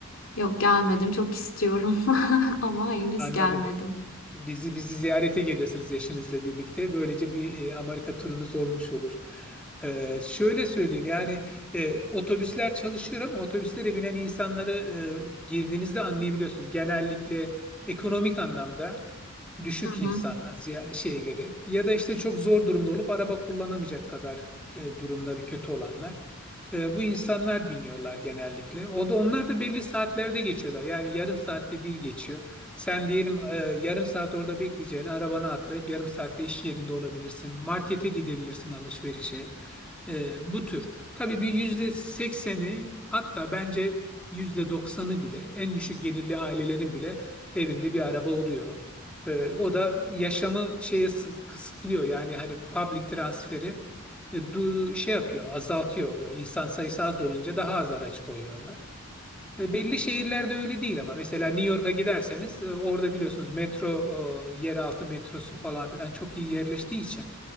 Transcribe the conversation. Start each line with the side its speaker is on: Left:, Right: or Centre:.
Left: Yok gelmedim çok istiyorum <laughs> ama henüz
Centre: Anladım.
Left: gelmedim.
Centre: Bizi bizi ziyarete gelirsiniz eşinizle birlikte. Böylece bir e, Amerika turunuz olmuş olur. Ee, şöyle söyleyeyim yani e, otobüsler çalışıyor ama otobüslere binen insanları e, girdiğinizde anlayabiliyorsunuz. Genellikle ekonomik anlamda düşük
Left: Hı hı.
Centre: insanlar ziya- şeyleri ya da işte çok zor durumda olup araba kullanamayacak kadar e, durumları kötü olanlar. E, bu insanlar biniyorlar genellikle. O da onlar da belli saatlerde geçiyorlar. Yani yarım saatte bir geçiyor. Sen diyelim e, yarım saat orada bekleyeceğine arabana atlayıp yarım saatte iş yerinde olabilirsin. Markete gidebilirsin alışverişe. E, bu tür. Tabii bir yüzde sekseni hatta bence yüzde doksanı bile en düşük gelirli ailelerin bile evinde bir araba oluyor. Ee, o da yaşamı şeye sı- kısıtlıyor. Yani hani public transferi e, du- şey yapıyor, azaltıyor. E, İnsan sayısı az olunca daha az araç koyuyorlar. E, belli şehirlerde öyle değil ama mesela New York'a giderseniz e, orada biliyorsunuz metro, e, yeraltı metrosu falan filan çok iyi yerleştiği için